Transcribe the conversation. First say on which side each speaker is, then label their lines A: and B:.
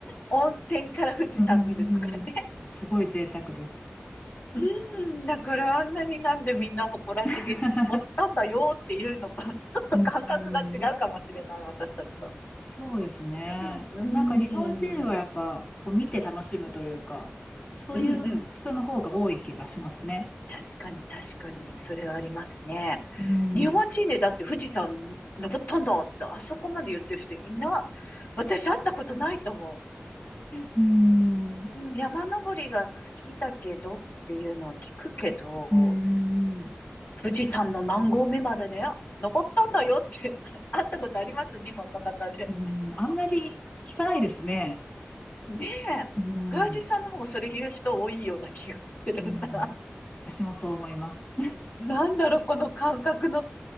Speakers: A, on the left; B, on the left.
A: 温泉から富士山見るとかね。
B: うん、うん、すごい贅沢です。
A: うん。だからあんなになんでみんな誇らしげに登ったんだよっていうのか、
B: <laughs>
A: ちょっと感覚が違うかもしれない、
B: うん、うん、
A: 私たちと。
B: そうですね。
A: うん。うんうん。
B: なんか日本人はやっぱこう見て楽しむというか、そういう人の方が多い気がしますね。
A: うんうん。確かに確かに、それはありますね。
B: うん。
A: 日本人でだって富士山登ったんだって、あそこまで言ってる人いな、私会ったことないと思
B: うん。
A: う。うん、山登りが好きだけどっていうのは聞くけど、
B: うーん、
A: 富士山の何合目までね、登ったんだよって <laughs> 会ったことあります日本の方で。
B: うん、あんまり聞かないですね。
A: ねえ。
B: うん、
A: 外人さんの方もそれ言う人多いような気がするな。
B: うん、私もそう思います。
A: <laughs> なんだろう、この感覚の差。